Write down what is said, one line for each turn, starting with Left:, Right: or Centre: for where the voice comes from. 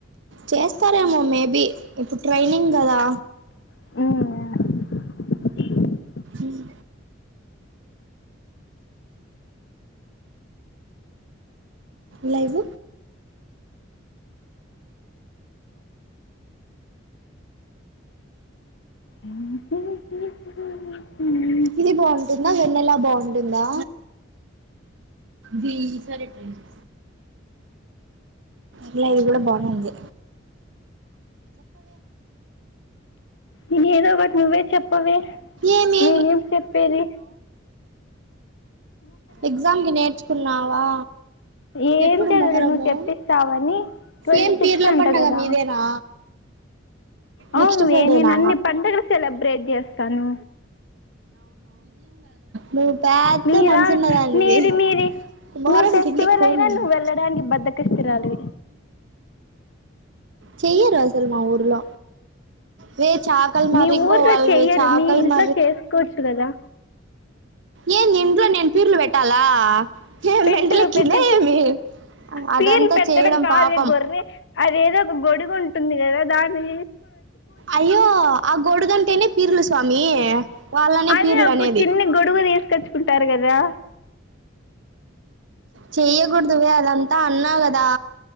Right: చేస్తారేమో మే బి ఇప్పుడు ట్రైనింగ్ కదా
Left: ఉమ్
Right: ఉమ్ లైవ్
Left: ఉమ్మ్ హు హు ఉహ్మ్
Right: ఇది బాగుంటుందా వెన్నెలా బాగుంటుందా గీసారి ట్రై చేస్ పర్లే ఇది కూడా బానే ఉంది
Left: ఇది ఏదో ఒకటి నువ్వే చెప్పవే
Right: ఏమి
Left: నేనేం చెప్పేది
Right: ఎక్జామ్కి నేర్చుకున్నావా
Left: అ ఏంటది
Right: ఎప్పుడు మొహరము
Left: నువ్వు చెప్పిస్తావని ట్వంటీ
Right: ఏం
Left: సిక్స్
Right: పీర్ల
Left: అంటా
Right: పండగ
Left: కదా
Right: మీదేనా
Left: అ
Right: నెక్స్ట్
Left: నేనేనన్ని
Right: ఫ్రైడేనా
Left: పండుగలు సెలబ్రేట్ చేస్తాను
Right: నువ్ పద్ద
Left: నీలా
Right: మంచున్న దానివి
Left: నీది మీది
Right: వారం
Left: మీ ఫెస్టివల్
Right: కింటికి పోన్
Left: అయినా
Right: నేను
Left: నువ్వు వెళ్ళడానికి బద్దకిస్తురాలివి
Right: చెయరు అసల్మా ఊర్ల వే చాకల్మరకి
Left: మీ ఊర్లో
Right: పోవాలవే
Left: చెయ్యరు
Right: చాకల్
Left: మీ ఇంట్లో
Right: మ
Left: చేసుకోవచ్చు కదా
Right: ఏన్ నింట్లో నేను ప్యూర్లు పెట్టాలా ఏ
Left: పెట్టు
Right: మెంటలికిిందాయేమి
Left: పెట్టి పీర్లు
Right: అదంతా
Left: పెట్టడం
Right: చేయడం
Left: కాదు
Right: పాపం
Left: గొర్రె అదేదో ఒక గొడుగు ఉంటుంది కదా దాని
Right: అయ్యో ఆ గోడుగంటేనే పీర్ల స్వామి వాళ్ళనే
Left: అదే
Right: పీర్లు
Left: అబ్బ
Right: అనేది
Left: చిన్ని గొడుగు తీసుకొచ్చుకుంటారు కదా
Right: చెయ్యకూడదువే అదంతా అన్నాగదా